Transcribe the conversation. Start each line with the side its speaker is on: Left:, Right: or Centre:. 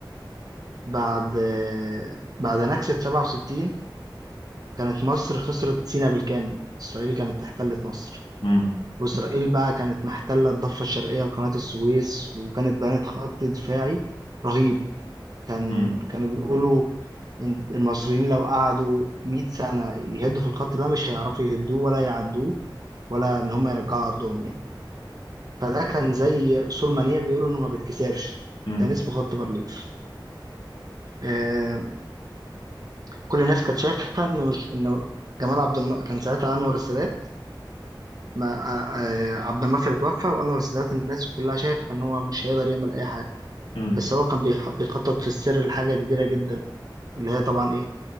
Right: بعد آه، بعد نكسة 67 كانت مصر خسرت سيناء بالكامل اسرائيل كانت احتلت مصر
Left: امم
Right: واسرائيل بقى كانت محتله الضفه الشرقيه لقناه السويس وكانت بنت خط دفاعي رهيب كان
Left: امم
Right: كانوا بيقولوا إن المصريين لو قعدوا 100 سنة يهدوا في الخط ده مش هيعرفوا يهدوه ولا يعدوه ولا إن هم يرجعوا أرضهم يعني فده كان زي سور منيع بيقولوا إنه ما بيتكسرش
Left: امم
Right: كان اسمه خط بارليف آه كل الناس كانت شايفة إنه مش إنه جمال عبد الناصر كان ساعتها أنور السادات ما آه آه، عبد الناصر اتوفى وأنور السادات الناس كلها شايفة إن هو مش هيقدر يعمل أي حاجة
Left: امم
Right: بس هو كان بيخ- بيخطط في السر لحاجة كبيرة جدا اللي هي طبعا إيه